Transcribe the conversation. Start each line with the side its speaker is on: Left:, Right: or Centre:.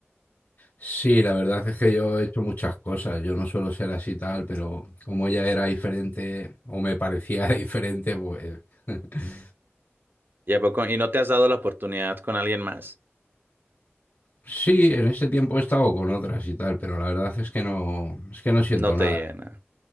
Left: Sí, la verdad es que yo he hecho muchas cosas. Yo no suelo ser así tal, pero como ella era diferente o me parecía <laughs> diferente, pues <laughs>
Right: ¿Y a poco- y no te has dado la oportunidad con alguien más?
Left: sí, en este tiempo he estado con otras y tal, pero la verdad es que no, es que no siento
Right: No te
Left: nada.
Right: llena.